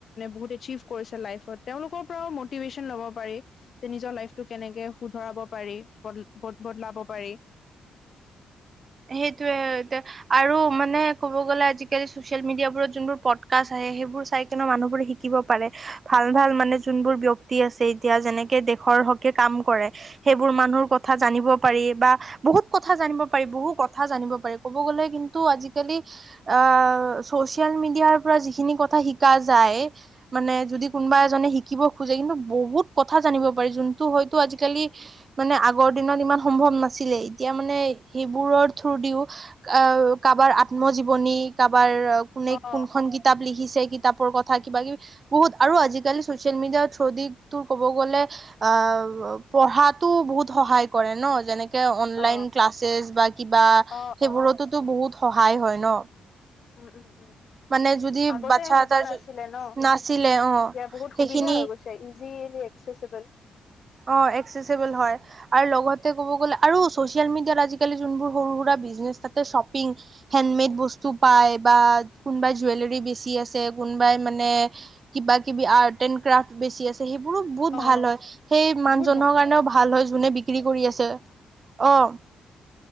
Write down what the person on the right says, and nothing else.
সেইটোয়ে, এ আৰু মানে ক'ব গ'লে আজিকালি। চ'চিয়েল মিডিয়াবোৰত যোনবোৰ পডকাষ্ট আহে, সেইবোৰ চাই কিনে মানুহবোৰে শিকিব পাৰে। ভাল - ভাল মানে যোনবোৰ ব্যক্তি আছে, এতিয়া যেনেকে। দেশৰ হকে কাম কৰে, সেইবোৰ মানুহৰ কথা জানিব পাৰি বা। বহুত কথা জানিব পাৰি বহু কথা জানিব পাৰি ক'ব গ'লে কিন্তু আজিকালি। আহ চ'চিয়েল মিডিয়াৰ পৰা যিখিনি কথা শিকা যায়। মানে যদি কোনোবা এজনে শিকিব খোজে কিন্তু বহুত কথা জানিব পাৰি যোনটো হয়তো আজিকালি। মানে আগৰ দিনত ইমান সম্ভৱ নাছিলে, এতিয়া মানে সেইবোৰৰ। থোৰ দিও আহ কাৰোবাৰ আত্মজীৱনী কাৰোবাৰ কোনে
কোনখন গীত। কিতাপ লিখিছে, কিতাপৰ কথা কিবা কিবি। বহুত আৰু আজিকালি চ'চিয়েল মিডিয়াৰ থ্ৰদিক তোৰ ক'ব গ'লে। অ' পঢ়াতো বহুত সহায় কৰে ন, যেনেকে। অনলাইন
ক্লাছেছ বা কিবা সেইবোৰতোতো
বহুত সহায় হয় ন।
মানে যদি
বাচ্ছা
এটাৰ
নাছিলে অ
সেইখিনি
অ' এক্সেচবল হয়। আৰু লগতে ক'ব গ'লে আৰু চ'চিয়েল মিডিয়াত আজিকালি যোনবোৰ সৰু সুৰা বিজনেছ থাকে। শপিং, হেণ্ডমেড বস্তু পায় বা। কোনোবাই জুৱেলৰী বেছি আছে, কোনোবাই মানে কিবা কিবি আৰ্ট এণ্ড ক্ৰাফ্ট বেছি আছে। সেইবোৰো বহুত
ভাল হয়, সেই মানুহ
জহনৰ
কাৰণেও ভাল হয় যোনে বিক্ৰী কৰি আছে। অঁ।